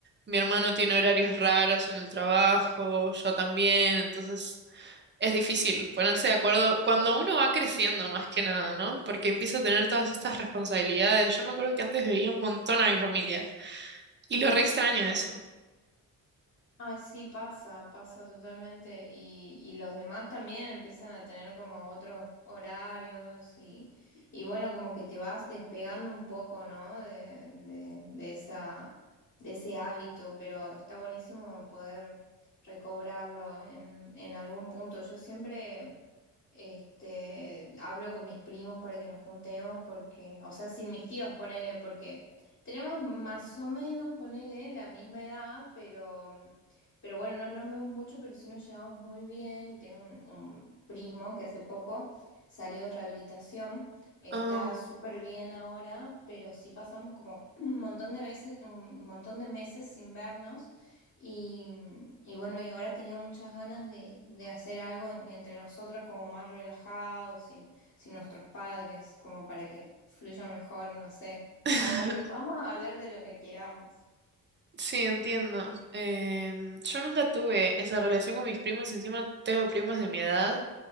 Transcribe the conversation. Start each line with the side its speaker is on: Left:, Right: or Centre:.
Right: mi hermano tiene horarios raros en el trabajo, yo también, entonces es difícil ponerse de acuerdo cuando uno va creciendo más que nada, ¿no? Porque empieza a tener todas estas responsabilidades. Yo me acuerdo que antes veía un montón a mi familia. Y lo re extraño eso.
Left: Ay, sí, pasa, pasa totalmente. Y, y los demás también empiezan a tener como otros horarios y, y bueno, como que te vas despegando un poco, ¿no? De, de, de esa, de ese hábito, pero está buenísimo poder recobrarlo en, en algún punto. Yo siempre... Este, hablo con mis primos para que nos juntemos porque, o sea, sin mis tíos, ponele, porque tenemos más o menos, ponele, la misma edad, pero, mm, pero bueno, no nos vemos mucho, pero sí nos llevamos muy bien y tengo un, un primo que hace poco salió de rehabilitación, está
Right: Oh.
Left: súper bien ahora, pero sí pasamos como <clears throat> un montón de veces, un montón de meses sin vernos. Y, y bueno, y ahora tenía muchas ganas de, de hacer algo en- entre nosotros como más relajado, sin, sin nuestros padres, como para que fluya mejor, no sé,
Right: <laughs>
Left: como para que podamos hablar de lo que queramos.
Right: Sí, entiendo. Em, yo nunca tuve esa relación con mis primos, encima tengo primos de mi edad,